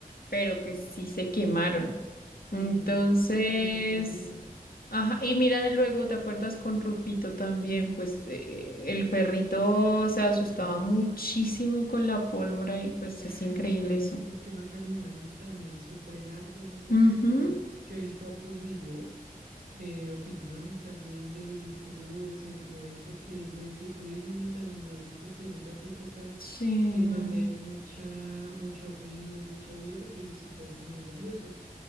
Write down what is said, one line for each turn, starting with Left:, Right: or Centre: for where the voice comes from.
Left: pero que sí se quemaron.
Right: Sí.
Left: Entonces,
Right: Ah, qué peligro.
Left: ajá, y mira de luego, ¿te acuerdas con Rufito también? Pues eh, el perrito se asustaba
Right: Mm.
Left: muchísimo con la pólvora y pues
Right: Ay,
Left: es increíble
Right: sí.
Left: eso.
Right: Es que los animales también sufren harto en esas
Left: Ujú,
Right: épocas. Yo he visto hartos videos de opiniones también de youtubers o influencers que dicen que cuiden a los animalitos en esas épocas
Left: sí.
Right: en donde hay mucha, mucho ruido, mucha bulla, porque ellos se ponen nerviosos.